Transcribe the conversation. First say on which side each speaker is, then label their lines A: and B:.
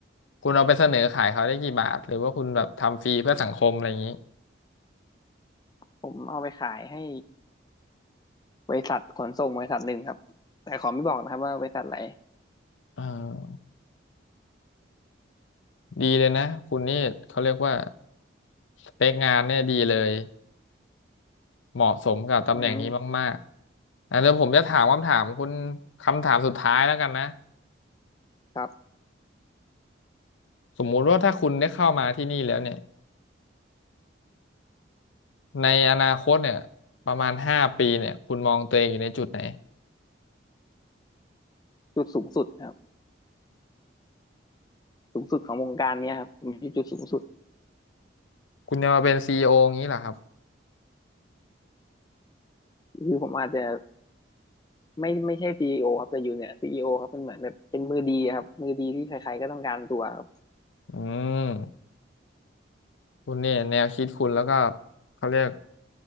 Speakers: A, on the left (about 80°); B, on the left (about 20°).
A: คุณเอาไปเสนอขายเขาได้กี่บาทหรือว่าคุณแบบทำฟรีเพื่อสังคมอะไรอย่างนี้
B: ผมเอาไปขายให้บริษัทขนส่งบริษัทหนึ่งครับแต่ขอไม่บอกนะครับว่าบริษัทอะไหน
A: เออดีเลยนะคุณนี่เขาเรียกว่าสเปคงานเนี่ยดีเลยเหมาะสมกับตำแหน่งนี้มากๆอ่ะเดี๋ยวผมจะถามคำถามคุณ
B: อืม
A: คำถามสุดท้ายแล้วกันนะ
B: ครับ
A: สมมุติว่าถ้าคุณได้เข้ามาที่นี่แล้วเนี่ยในอนาคตเนี่ยประมาณห้าปีเนี่ยคุณมองตัวเองอยู่ในจุดไหน
B: จุดสูงสุดครับสูงสุดของวงการเนี้ยครับผมทีจุดสูงสุด
A: คุณจะมาเป็นซีอีโออย่างนี้เหรอครับ
B: คือผมอาจจะไม่ไม่ใช่ซีอีโอครับแต่อยู่เนี่ยซีอีโอครับเป็นเหมือนแบบเป็นมือดีอะครับมือดีที่ใครๆก็ต้องการตัวครับ
A: อืมคุณเนี่ยแนวคิดคุณแล้วก็เขาเรียก